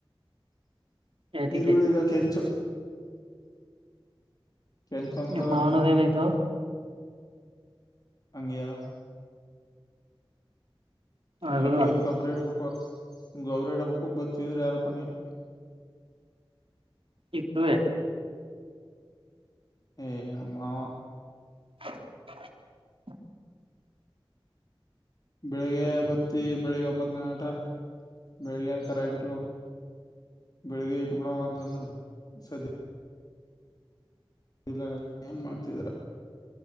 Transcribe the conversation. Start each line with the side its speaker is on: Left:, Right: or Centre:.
Right: ಯಾತಿಕೆ
Left: ಈರುಳ್ಳ ಈಗ ಕೆಂಚು ಕೆಂಚು ತಂದಡದ
Right: ನಿಮ್ ಮಾವನದ
Left: ನಮ್ದ
Right: ಏನಾಯ್ತು
Left: ಅಂಗೆ ಅದ
Right: ಆಗಲ್ವ
Left: ಎಲ್ಲ ಪೋಯ ಗೊಬ್ಬ್ರ ಇಡ್ಬೇಕು ಗೊಬ್ಬರ ಇಡಬೇಕ್ಕು ಬತ್ತವ್ರು ಯಾರು ಬನ್ನಿಲ್ಲ
Right: ಇಪ್ಪೆ.
Left: ಏ ನಮ್ಮ ಮಾವ.
Right: <inaudible>
Left: ಬೆಳಿಗ್ಗೆ ಬತ್ತಿ ಬೆಳಿಗ್ಗೆ ಒಂಬತ್ತು ಗಂಟ ಬೆಳಿಗ್ಗೆ ಕರೆಂಟು ಬೆಳಿಗ್ಗೆ ಇಟ್ಬಣ ಅಂತಂದ್ರು ಸದ ಇಲ್ಲಗಾರ ಏನ್ ಮಾಡ್ತಿದಿರ.